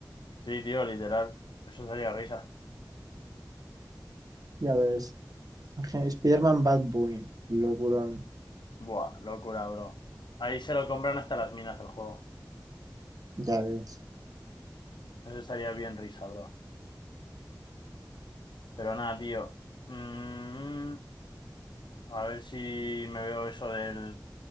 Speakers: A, on the left; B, on the right.
A: Sí, tío, literal. Eso sería risa.
B: Ya ves. <laughs> Spider-Man Bad Bunny. Locurón.
A: Buah, locura, bro. Ahí se lo compran hasta las minas el juego.
B: Ya ves.
A: Eso sería bien risa, bro. Pero nada, tío. Mm, a ver si me veo eso del,